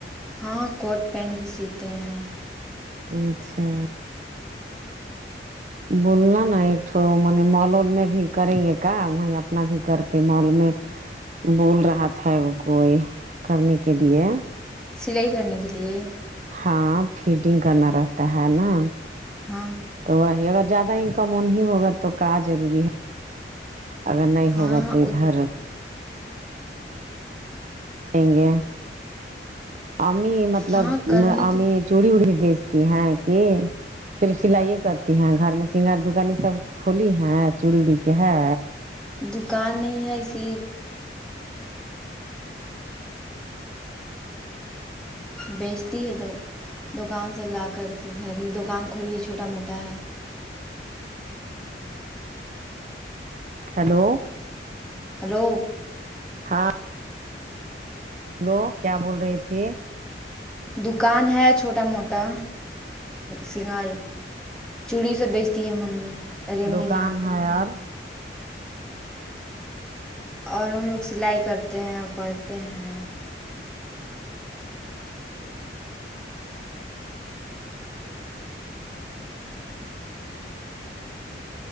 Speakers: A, in the centre; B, on the right.
A: ہاں کوٹ پینٹ بھی سیتے ہیں
B: اچھا بولنا نا ایکٹ مال و میں بھی کریں گے کا وہیں اپنا بھی کرتے مال میں بول رہا تھا وہ کوئی کرنے کے لیے
A: سلائی کرنے کے لئے
B: ہاں فیڈنگ کرنا رہتا ہے نا
A: ہاں
B: تو وہی اگر زیادہ انکم وہ نہیں ہوگا تو کہا ضروری ہے اگر نہیں
A: ہاں
B: ہوگا تو ادھر ہیں گے امی مطلب
A: ہاں کرنے
B: امی
A: کی
B: چوڑی وڑی بھی بیچتی ہے کہ صرف سلائیے کرتی ہیں گھر میں سنگار دکانی سب کھلی ہے چوڑی اڑی کے ہے
A: دکان نہیں ہے اسی بیچتی ہے تو دکان سے لا کر کے گھر ہی دکان کھولی ہے چھوٹا موٹا ہے
B: ہیلو
A: ہلو
B: ہاں ہلو کیا بول رہے تھے
A: دکان ہے چھوٹا موٹا سنگاری چوڑی سب بیچتی ہے ممی اری اممی
B: دکان
A: جان
B: ہے اور
A: اور ہم لوگ سلائی کرتے ہیں اور پڑھتے ہیں